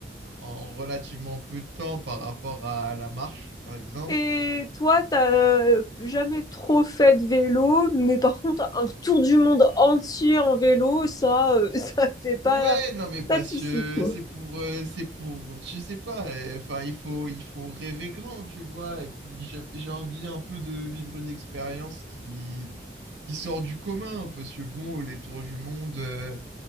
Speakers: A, on the right; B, on the left.
A: en relativement peu de temps par rapport à la marche, par exemple.
B: Et toi, t'as euh, jamais trop fait de vélo, mais par contre, un tour du monde entier en vélo, ça, euh, <laughs> ça fait pas,
A: Ouais, non mais parce
B: pas de souci,
A: que
B: quoi.
A: c'est pour, euh, c'est pour, je sais pas, euh, enfin il faut, il faut rêver grand, tu vois, et puis j'ai j'ai envie un peu de vivre une expérience qui, qui sort du commun, parce que bon, les tours du monde, euh,